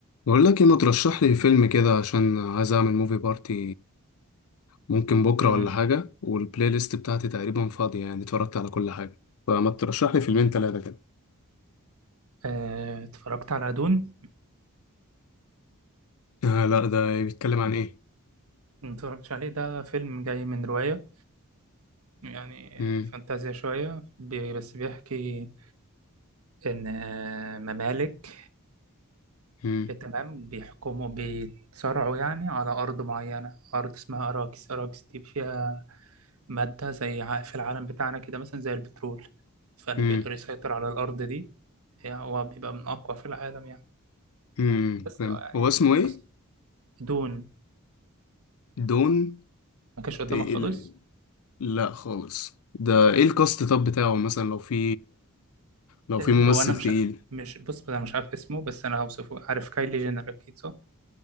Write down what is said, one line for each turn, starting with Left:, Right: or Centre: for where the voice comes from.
Left: بقول لك ايه ما ترشح لي فيلم كده عشان عايز اعمل موفي بارتي ممكن بكره
Right: امم
Left: ولا حاجه والبلاي ليست بتاعتي تقريبا فاضيه يعني اتفرجت على كل حاجه فما ترشح لي فيلمين ثلاثه كده
Right: آه، اتفرجت على دون
Left: آه لا ده بيتكلم عن ايه
Right: ما اتفرجتش عليه ده فيلم جاي من رواية يعني
Left: مم.
Right: فانتازيا شوية بي- بس بيحكي إن آه، ممالك
Left: مم.
Right: تمام بيحكموا بيتصارعوا يعني على أرض معينة أرض اسمها أراكس أراكس دي فيها مادة زي ع- في العالم بتاعنا كده مثلا زي البترول فاللي
Left: مم.
Right: بيقدر يسيطر على الأرض دي يعني هو بيبقى من أقوى في العالم يعني
Left: مم.
Right: بس
Left: فهمت
Right: هو يعني
Left: هو اسمه ايه
Right: أص- دون
Left: دون
Right: ما كانش قدامك
Left: إيه
Right: خالص
Left: ال- لا خالص ده ايه الكاست طب بتاعه مثلا لو في لو في
Right: هو
Left: ممثل
Right: انا مش
Left: تقيل
Right: مش بص انا مش عارف اسمه بس انا هوصفه عارف كايلي جينر اكيد صح